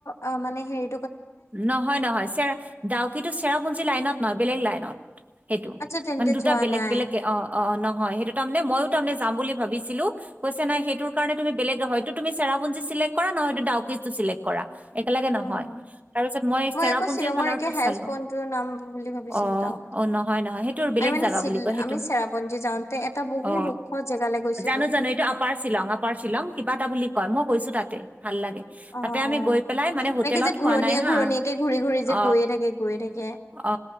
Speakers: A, on the left; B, on the right.
A: অ, মানে হেৰি
B: নহয় - নহয় চেৰা ডাউকিতো চেৰাপুঞ্জী লাইনত নহয় বেলেগ লাইনত। সেইটো
A: আচ্ছা তেন্তে
B: মানে দুটা
A: যোৱা
B: বেলেগ
A: নাই
B: বেলেগ অ- অ নহয় সেইটো তাৰে মানে ময়ো তাৰে মানে যাম বুলি ভাবছিলো কৈছে নাই সেইটো কাৰে তুমি বেলেগ হয়তটো তুমি চেৰাপুঞ্জ চিলেক কৰা নহয়টো ডাউকিতো চিলেক্ট কৰা একেলগে
A: উম
B: নহয় তাৰপিছত মই চেৰাপুঞ্জিৰ
A: আকৌ শ্বিলঙৰ
B: খালৰো
A: একে হায়েষ্ট
B: চালো
A: পইণ্টটোৰ নাম বুলি ভাবিছিলো
B: অ
A: ডাউকি।
B: - অ নহয় নহয় সেইটোৰ বেলেগ। বেলেগ
A: আমি মানে
B: জাগা
A: চিল
B: বুলি কয় সেইটো
A: আমি চেৰাপুঞ্জী যাওঁতে এটা বহুত
B: অ,
A: ওখ জেগালৈ গৈছিলো।
B: জানো - জানো এইটো আপাৰ শ্বিলং আপাৰ শ্বিলং কিবা এটা বুলি কয় মই গৈছো তাতে ভাল লাগে
A: অ
B: তাতে আমি
A: অ।
B: গৈ পেলাই মানে হোটেলত
A: এনেকে যে
B: খোৱা
A: ঘূৰণীয়া
B: নাই
A: -
B: হা
A: ঘূৰণীয়াকে ঘূৰি- ঘূ ৰি
B: অ
A: যে গৈয়ে থাকে গৈয়ে থাকে
B: অ